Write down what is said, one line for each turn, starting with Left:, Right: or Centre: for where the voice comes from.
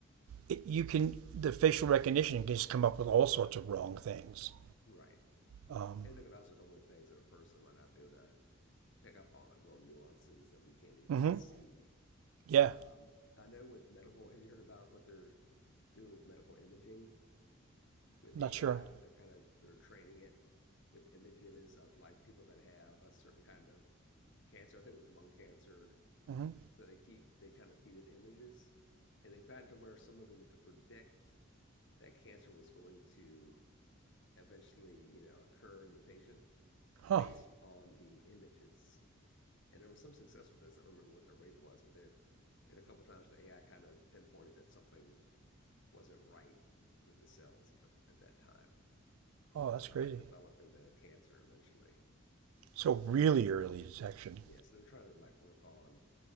Right: it, you can the facial recognition can just come up with all sorts of wrong things.
Left: Right.
Right: Um,
Left: And it could also come with things that a person might not be able to pick up on like little nuances that we can't even
Right: mm-hmm.
Left: see.
Right: Yeah,
Left: Um, I know with medical, have you heard about what they're doing with medical imaging with
Right: not
Left: AI,
Right: sure.
Left: what they're kind of they're training it with images of like people that have a certain kind of cancer. I think it was lung cancer.
Right: Mm-hmm.
Left: So they keep they kind of feed it images, and they've gotten to where some of them could predict that cancer was going to eventually, you know, occur in the patient
Right: Huh.
Left: based on the images. And there was some success with this. I don't remember what the rate was, but they had, they had a couple times where the AI kind of pinpointed that something wasn't right with the cells at the at that time.
Right: Oh, that's
Left: So
Right: crazy.
Left: it like developed into cancer eventually.
Right: So really
Left: That's
Right: early detection.
Left: yeah. So they're trying to like work on